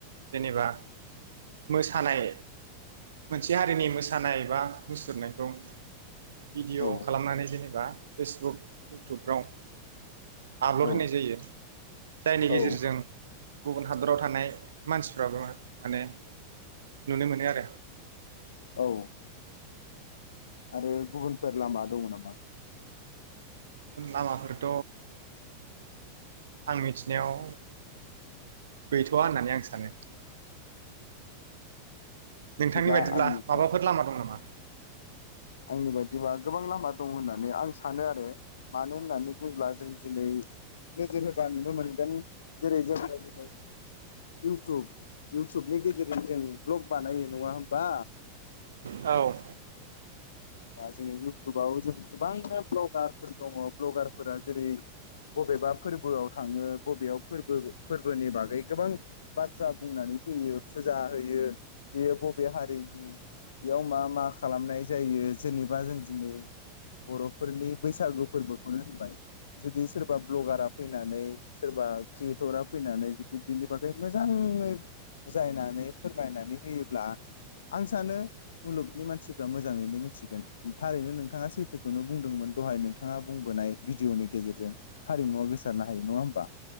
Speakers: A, on the right; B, on the left.
A: जेनेबा मोसानाय मोनसे हारिनि मोसानाय बा मुसुरनायखौ भिडिअ
B: औ
A: खालामनानै जेने बा फेसबुक इउटुबफ्राव आपलड
B: औ
A: होनाय जायो जायनि
B: औ
A: गेजेरजों गुबुन हादराव थानाय मानसिफ्राबो माने नुनो मोनो आरो
B: औ आरो गुबुनफोर लामा दङ नामा
A: गुबुन लामाफोरथ आं मिथिनायाव गैथवा होननानै आं सानो
B: बिदिब्ला
A: नोंथांनि बायदिब्ला
B: आंनिफ्राय
A: माबाफोर लामा दं नामा
B: आंनि बायदिबा गोबां लामा दं होननानै आं सानो आरो मानो होननानै बुङोब्ला जों दिनै नोजोर होबा नुनो मोनगोन जेरै जोङो दिनै इउटुब इउटुबनि गेजेरजों जों भ्लग बानायो नङा होमबा
A: औ
B: ओ जोङो इउटुबाव जों गोबां भ्लगारफोर दङ भ्लगारफोरा जेरै बबेबा फोरबोआव थाङो बबेयाव फोरबो फोरबोनि बागै गोबां बाथ्रा बुंनानै फैयो फुजा होयो बेयो बबे हारिनि बेयाव मा मा खालामनाय जायो जेनेबा जों दिनै बरफोरनि बैसागु फोरबोखौनो होनबाय जुदि सोरबा भ्लगारा फैनानै सोरबा क्रियेटरा फैनानै जुदि बेनि बागै मोजाङै बुजायनानै फोरमायनानै होयोब्ला आं सानो मुलुगनि मानसिफ्रा मोजाङैनो मिथि गोन थारैनो नोंथाङा सैथोखौनो बुंदोंमोन दहाय नोंथाङा बुंबोनाय भिडिअनि गेजेरजों हारिमुवा गोसारनो हायो नङा होमबा